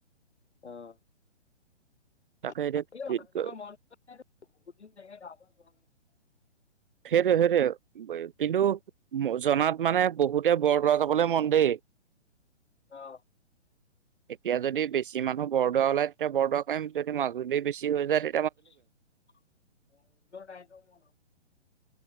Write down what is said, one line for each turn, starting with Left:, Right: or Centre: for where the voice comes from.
Left: আহ
Right: তাকে
Left: <unintelligible>
Right: এতিয়া সেইটোৱে সেইটো সেইটো কিন্তু জনাত মানে বহুতে বৰদোৱা যাবলে মন দেই।
Left: অ।
Right: এতিয়া যদি বেছি মানুহ বৰদোৱা ওলায় তেতিয়া বৰদোৱা কৰিম যদি মাজুলী বেছি হৈ যায় তে
Left: <unintelligible>